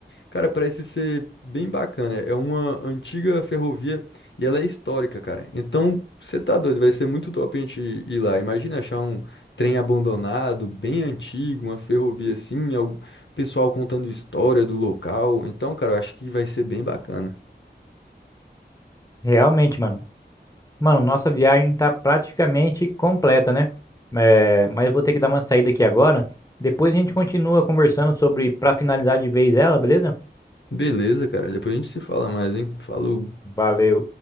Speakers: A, on the left; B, on the left.
A: Cara, parece ser bem bacana. É uma antiga ferrovia e ela é histórica, cara. Então, você tá doido, vai ser muito top a gente ir lá. Imagina achar um trem abandonado, bem antigo, uma ferrovia assim, o pessoal contando história do local. Então, cara, eu acho que vai ser bem bacana.
B: Realmente, mano. Mano, nossa viagem tá praticamente completa, né? É, mas eu vou ter que dar uma saída aqui agora. Depois a gente continua conversando sobre, pra finalizar de vez ela, beleza?
A: Beleza, cara. Depois a gente se fala mais, hein? Falou.
B: Valeu.